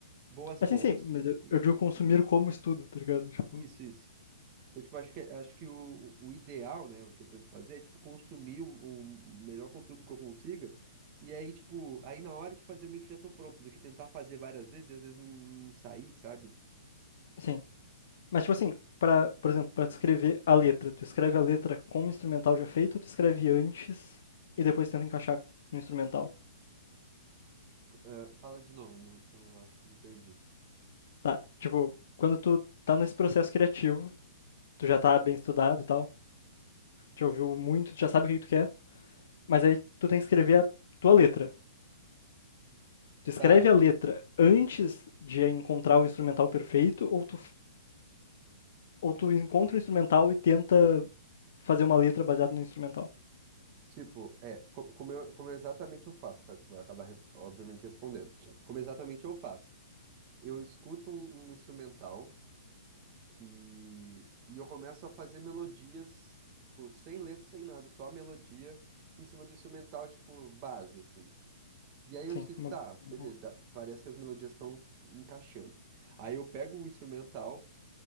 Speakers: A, on the right (about 30°); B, on the left (about 65°).
A: boas fontes
B: Assim, sim, mas eu,
A: e,
B: eu digo consumir como estudo, tá ligado? Tipo,
A: e- isso, isso. Então, tipo, acho que, acho que o, o ideal, né, o que eu tento fazer é, tipo, consumir o, o melhor conteúdo que eu consiga. E aí, tipo, aí na hora de fazer, eu meio que já tô pronto, do que tentar fazer várias vezes e às vezes não sair, sabe?
B: sim. Mas tipo assim, pra, por exemplo, pra tu escrever a letra, tu escreve a letra com o instrumental já feito ou tu escreve antes e depois tenta encaixar no instrumental?
A: Co- eh, fala de novo, eu, não- eu acho que me perdi.
B: Tá, tipo, quando tu tá nesse processo criativo, tu já tá bem estudado e tal, já ouviu muito, tu já sabe o que que tu quer, mas aí tu tem que escrever a tua letra. Tu escreve
A: Tá.
B: a letra antes de encontrar o instrumental perfeito ou tu, ou tu encontra o instrumental e tenta fazer uma letra baseada no instrumental?
A: Tipo, é, co- como eu, como eu exatamente eu faço, tá? Tipo, vai acabar, res- obviamente, respondendo. Como exatamente eu faço. Eu escuto um, um instrumental que... E eu começo a fazer melodias, tipo, sem letra, sem nada, só a melodia em cima do instrumental, tipo, base, assim. E aí eu
B: Sim,
A: sinto,
B: uma,
A: tá,
B: bo-
A: beleza,
B: uma boa.
A: dá- parece que as melodias estão encaixando. Aí eu pego o instrumental